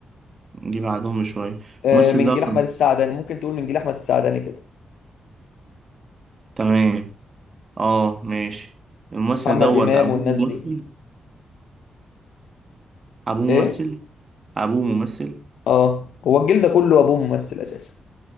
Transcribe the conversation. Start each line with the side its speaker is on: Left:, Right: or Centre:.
Right: نجي بعدهم بشوية
Left: آه
Right: الممثل
Left: من
Right: ده
Left: جيل
Right: كان-
Left: احمد السعداني ممكن تقول من جيل احمد السعداني كده
Right: تمام اه ماشي الممثل
Left: محمد
Right: دوت
Left: امام
Right: ابوه
Left: والناس
Right: ممثل
Left: دي
Right: ابوه
Left: ايه
Right: ممثل ابوه ممثل
Left: اه هو الجيل ده كله ابوه ممثل اساسا